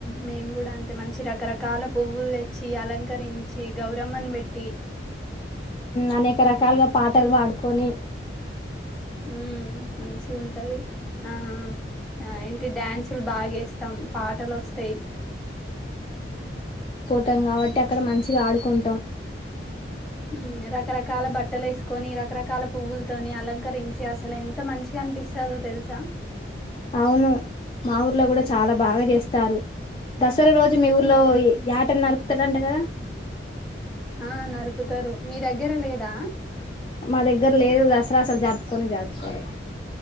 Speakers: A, in the centre; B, on the left (about 25°).
A: మేము కూడా అంతే మంచి రకరకాల పువ్వులు తెచ్చి అలంకరించి గౌరమ్మను పెట్టి
B: అనేక రకాలుగా పాటలు పాడుకొని
A: ఉ మంచిగా ఉంటది ఆఆ ఆ డ్యాన్సులు బాగా ఏస్తాం పాటలు వస్తాయి.
B: మత్తం కాబట్టి అక్కడ మంచిగా ఆడుకొంటాం.
A: ఉం రకరకాల బట్టలు వేసు కొని రకరకాల పువ్వులతోని అలంకరించి అసలు ఎంత మంచిగా అనిపిస్తుందో తెలుసా
B: అవును మా ఊర్ల కూడా చాలా బాగా చేస్తారు నా సర రోజు మీ ఊర్లో
A: హ్మ్.
B: యాటన్న ఎత్తలంట కదా
A: ఆ నరుకుతరు మీ దగ్గర లేదా
B: మా దగ్గర లేదు దసరా అసలు జరుపుకొనే జరుపుకోరు